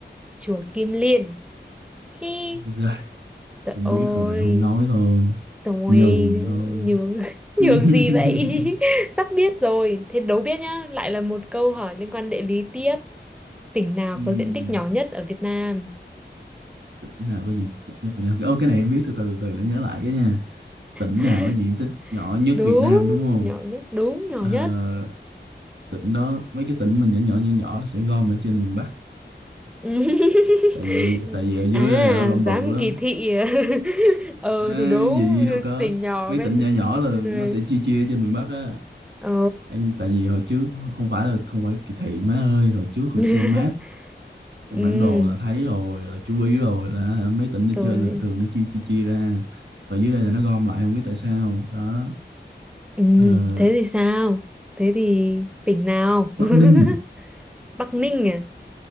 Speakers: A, in the centre; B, on the right (about 75°).
A: chùa Kim Liên khi
B: Rồi,
A: sợ
B: em
A: ôi
B: biết rồi mà em không nói thôi
A: Rồi
B: nhường thôi
A: nhường <laughs> nhường
B: <laughs>
A: gì vậy? <laughs> Sắp biết rồi. Thế đố biết nhá, lại là một câu hỏi liên quan địa lý tiếp. Tỉnh nào
B: Ừm,
A: có diện tích nhỏ nhất ở Việt Nam?
B: tỉnh nào có diện tích nhỏ nhất Việt Nam? Ô, cái này em biết từ từ từ để nhớ lại cái nha. Tỉnh
A: <laughs>
B: nào có diện tích nhỏ nhất
A: Đúng,
B: Việt Nam đúng không?
A: nhỏ nhất, đúng nhỏ
B: Ờ,
A: nhất.
B: tỉnh đó mấy cái tỉnh mà nhỏ nhỏ nhỏ nhỏ nó sẽ gom ở trên miền Bắc.
A: <laughs>
B: Tại vì tại vì ở dưới
A: À,
B: đây là nó gom
A: dám
B: bự lắm.
A: kỳ thị. à? <laughs> Ờ
B: À,
A: thì đúng,
B: gì đâu có
A: tỉnh nhỏ
B: mấy
A: bên
B: tỉnh nhỏ nhỏ là
A: đây này.
B: nó sẽ chia chia ở trên miền Bắc á.
A: Ồ.
B: Em tại vì hồi trước không phải là không phải kỳ thị má ơi, hồi trước là
A: <laughs>
B: xem map Trên
A: Ừ,
B: bản đồ là thấy rồi là chú ý rồi là hả, mấy tỉnh ở
A: rồi.
B: trên là thường nó chia chia chia ra ở dưới đây là nó gom lại không biết tại sao đó
A: Ừ,
B: Ờ,
A: thế thì sao? Thế thì tỉnh nào?
B: Bắc Ninh
A: <laughs> Bắc Ninh à?